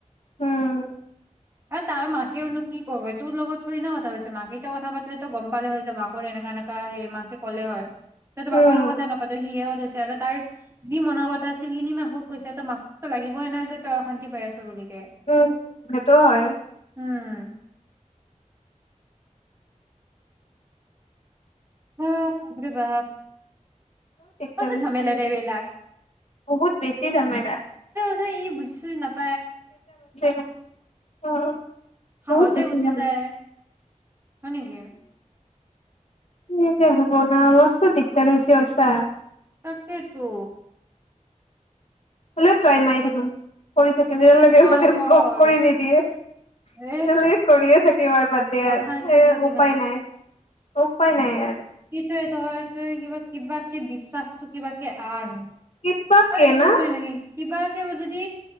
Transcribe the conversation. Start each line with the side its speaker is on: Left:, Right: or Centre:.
Left: উম
Right: এ তাৰ মাকেওনো কি কৰ তোৰ লগত থৈ না কথা কৈছে মাকে এতি কথা পালে তো গম পালে হয় যে মাকৰ এনেকা এনেকা হৈ মাকে কলে হয়
Left: উম
Right: কলেও কথা নাপাতে সিয়েই কৈছে আৰু তাৰ যি মনৰ কথা আছিল সেইখিনি মাকক কৈছে ত মাককতো লাগিবই ন যে তাই অশান্তি পাই আছে বুলি
Left: উম সেইটো হয়
Right: উম <unintelligible> <inaudible> হে বাপ ৰে বাপ সঁচা
Left: বল্িশ
Right: ঝামেলা
Left: <unintelligible>
Right: দে এইবিলাক
Left: বহুত বেছি ঝেমেলা
Right: অ সি বুজি-চুজি নাপায়
Left: অ <unintelligible>
Right: খঙতে
Left: বহুত বেছি
Right: গুচি
Left: জামেলা
Right: যায় হয়নেকি
Left: মই এতিয়া শুব নোৱাৰো মস্ত দিগদাৰ হৈছে আচা
Right: তাকে তো
Left: বলে ট্ৰাই মাৰি থাকিম কৰি থাকিম যেতিয়া লৈকে
Right: অ', কৰ
Left: ব্লক কৰি নিদিয়েয়ে
Right: এ
Left: কৰিয়ে থাকিম আৰু বাদ দে
Right: অশান্তি
Left: আৰু
Right: যদি
Left: উপায় নাই উপায় নাই আৰু
Right: সেটোৱে তই তই কিবা কিবাকে বিশ্বাসটো কিবাকে আন
Left: কিবা
Right: আৰু
Left: কে
Right: একো
Left: না
Right: কৰি নাথাকিবি কিবাকে যদি